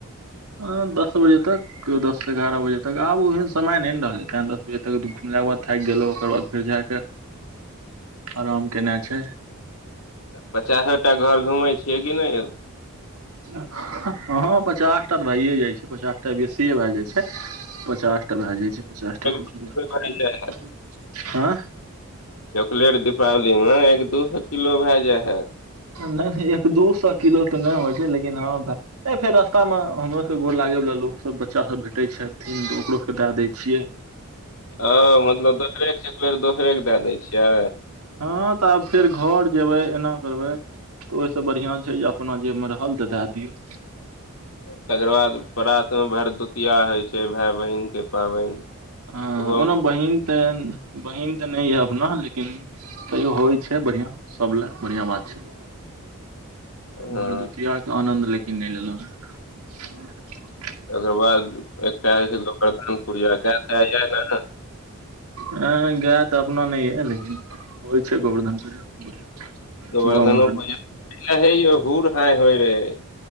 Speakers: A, on the right (about 80°); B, on the left (about 70°).
A: आ दस बजे तक ' केओ दससँ एगारह बजे तक आब ओहन समय नहि ने रहलै तैँ दस बजे तक घुमलाके बाद थाकि गेलहुँ ओकर बाद फेर जा कऽ आराम केना छै
B: पचासो टा घर घुमै छियै कि नहि
A: हँ पचास टा तऽ भै ए जाइ छै पचास टा बेसिए भै जाइ छै पचास टा भए जाइ छै पचासटा
B: एक
A: खूब
B: दू
A: सुन्दर
B: किलो भए जाइ है
A: हँ
B: चॉकलेट दीपावलीमे एक दु सो किलो भ जाइत हैत
A: नहि एक दू सए किलो तऽ नहि हो छै लेकिन हँ ' नहि फेर रास्ता मे हमरो के गोर लागे वाला लोक सब बच्चा सब भेटै छथिन तऽ ओकरो के दए दये छियै
B: हँ मतलब दोसरे के चाँकलेट दोसरे के दै दै छियै
A: हँ तऽ आब फेर घर जेबय एना करबय ओहिसँ बढ़िआँ छै जे अपना जेब मे रहल तऽ दए दियौ
B: तकर बाद प्रातमे भरदुतिया होइत छै भाय बहिनके पाबनि
A: हँ
B: ओहो
A: ओना बहिन तऽ बहिन तऽ नहि यए अपना लेकिन तैयो होइ छै बढ़ियां सब लए बढ़ियां बात छै।
B: हँ
A: भरदुतिआके आनन्द लेकिन नहि लेलहुँ रेहे
B: ओकर बाद एकटा होइ छै गोबर्धन पूजा ग ने <unintelligible>
A: ह गाय तऽ अपना नहि य लेकिन होइ छै गोवर्धन पूजा खूब बढ़िआँ
B: गोवर्धन
A: गाम घरमे
B: पूजा हे यौ हूर हाय होइ रहै